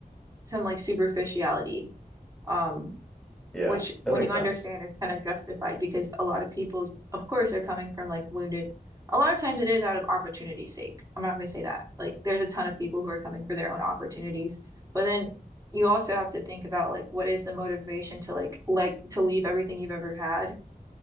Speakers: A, on the right; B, in the centre.
A: some like superficiality, um,
B: Yeah.
A: which
B: That
A: when
B: makes
A: you
B: sense.
A: understand is kind of justified because a lot of people, of course, are coming from like wounded. A lot of times it is out of opportunity's sake. I'm not gonna say that. Like there's a ton of people who are coming for their own opportunities, but then you also have to think about like what is the motivation to like like to leave everything you've ever had